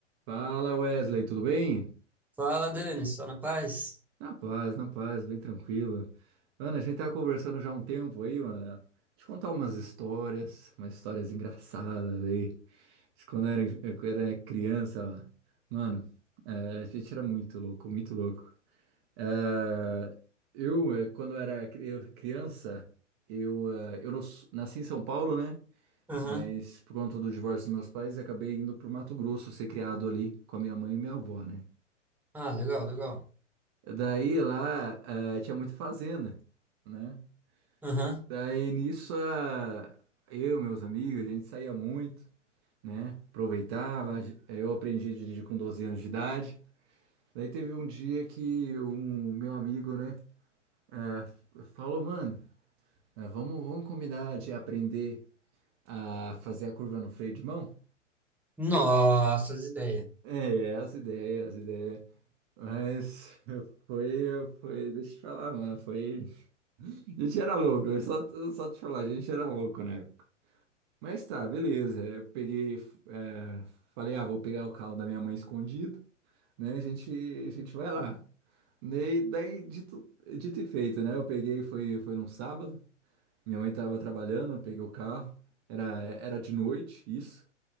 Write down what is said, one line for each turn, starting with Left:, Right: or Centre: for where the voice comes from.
Right: Fala Wesley, tudo bem?
Centre: Fala, Dani, só na paz?
Right: Na paz, na paz, bem tranquilo. Mano, a gente tava conversando já há um tempo aí, mano. Te contar umas histórias, umas histórias engraçadas aí. De quando eu era, eu era criança, mano. Mano, é, a gente era muito louco, muito louco. É, eu, é, quando era cri- eu- criança, eu, é, eu nos- nasci em São Paulo, né?
Centre: Aham,
Right: Mas por conta do divórcio dos meus pais, acabei indo pro Mato Grosso ser criado ali com a minha mãe e minha avó, né?
Centre: Ah, legal, legal.
Right: Daí lá eh, tinha muito fazenda, né?
Centre: Aham.
Right: Daí nisso a eu, meus amigos, a gente saía muito, né? Aproveitava. Eu aprendi a dirigir com 12 anos de idade. Daí teve um dia que um meu amigo, né, eh, falou, mano, eh, vamos, vamos combinar de aprender a fazer a curva no freio de mão?
Centre: Nossa, as ideias.
Right: É, as ideias, as ideias. Mas <laughs> foi, foi, deixa eu te falar, mano, foi. A gente era louco, eu só, eu só te falar, a gente era louco na época. Mas tá, beleza. Eu peguei, é, falei, ah, vou pegar o carro da minha mãe escondido, né? A gente, a gente vai lá. Daí, daí dito, dito e feito, né? Eu peguei, foi, foi num sábado, minha mãe tava trabalhando, eu peguei o carro, era, era de noite, isso.